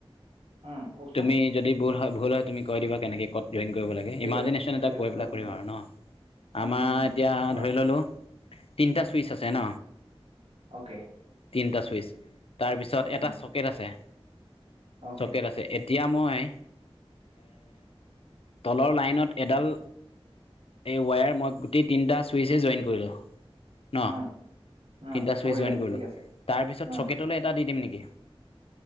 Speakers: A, on the right; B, on the left.
A: উম, কওকচোন
B: তুমি যদি ভুল হয় ভুল হয় তুমি কৈ দিবা কেনেকে ক'ত জইন কৰিব লাগে
A: ঠিক
B: ইমাজিনেশ্যন
A: আছে ঠিক
B: এটা
A: আছে
B: কৈ পেলাই
A: কোৱাচোন
B: কৰিম
A: কোৱা
B: আৰু ন
A: উম,
B: আমাৰ
A: উম, উম,
B: এতিয়া
A: কোৱা
B: ধৰি ল'লোঁ তিনিটা চুইচ আছে ন
A: অ'কে
B: তিনটা চুইচ তাৰ পিছত
A: উম,
B: এটা চকেট আছে
A: অ'কে
B: চকেট আছে এতিয়া মই তলৰ লাইনত এডাল এই ৱায়াৰ মই গোটেই তিনিটা চুইচে জইন কৰিলোঁ ন
A: উম, উম,
B: তিনটা চুইচ
A: কৰিলা
B: জইন কৰিলো
A: ঠিক আছে
B: তাৰপিছত
A: উম,
B: চকেটলৈ এটা দি দিম নেকি